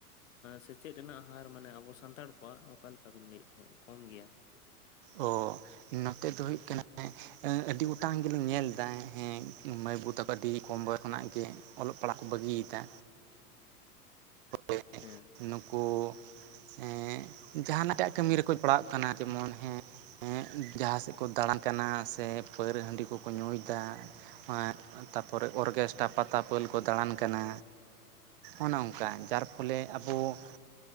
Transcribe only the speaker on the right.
ᱚ ᱱᱚᱛᱮ ᱫᱚ ᱦᱩᱭᱩᱜ ᱠᱟᱱᱟ ᱟᱹᱰᱤ ᱜᱚᱴᱟᱝ ᱜᱮᱞᱮᱧ ᱧᱮᱞᱫᱟ ᱦᱮᱸ ᱢᱟᱹᱭ ᱵᱩ ᱛᱟᱠᱚ ᱟᱹᱰᱤ ᱠᱚᱢ ᱵᱚᱭᱚᱥ ᱠᱷᱚᱱᱟᱜ ᱜᱮ ᱚᱞᱚᱜ ᱯᱟᱲᱦᱟᱜ ᱠᱚ ᱵᱟᱹᱜᱤᱭ ᱮᱫᱟ ᱮ
ᱱᱩᱠᱩ ᱦᱮᱸ ᱡᱟᱦᱟᱱ ᱮᱴᱟᱜ ᱠᱟᱹᱢᱤ ᱨᱮᱠᱚ ᱯᱟᱲᱟᱜ ᱠᱟᱱᱟ ᱡᱮᱢᱚᱱ ᱦᱮᱸ ᱦᱮᱸ ᱡᱟᱦᱟᱸ ᱥᱮᱫ ᱠᱚ ᱫᱟᱬᱟᱱ ᱠᱟᱱᱟ ᱥᱮ ᱯᱟᱹᱣᱨᱟᱹ ᱦᱟᱺᱰᱤ ᱠᱚᱠᱚ ᱧᱩᱭᱫᱟ ᱮ ᱛᱟᱯᱚᱨᱮ ᱚᱨᱜᱮᱥᱴᱨᱟ ᱯᱟᱛᱟ ᱯᱟᱹᱞ ᱠᱚ ᱫᱟᱬᱟᱱ ᱠᱟᱱᱟ ᱚᱱᱮ ᱚᱱᱠᱟ ᱡᱟᱨ ᱯᱷᱚᱞᱮ ᱟᱵᱚ